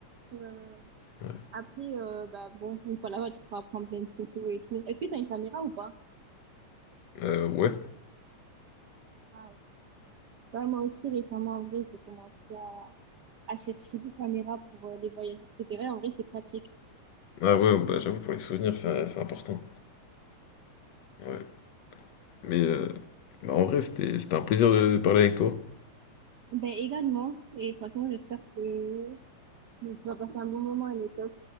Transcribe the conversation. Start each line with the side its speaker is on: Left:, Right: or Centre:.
Right: Ouais, ouais, ouais.
Left: Ouais.
Right: Après, euh, bah, bon, <laughs> une fois là-bas, tu pourras prendre plein de photos et tout. Est-ce que tu as une caméra ou pas?
Left: Euh, ouais.
Right: Ah, ouais. Bah, moi aussi, récemment, en vrai, j'ai commencé à, à chercher des caméras pour euh, les voyages, etc. En vrai, c'est pratique.
Left: Ah ouais, bah j'avoue, pour les souvenirs, c'est c'est important. Ouais. Mais euh, bah, en vrai, c'était c'était un plaisir de, de parler avec toi.
Right: Ben, également. Et franchement, j'espère que tu vas passer un bon moment avec toi.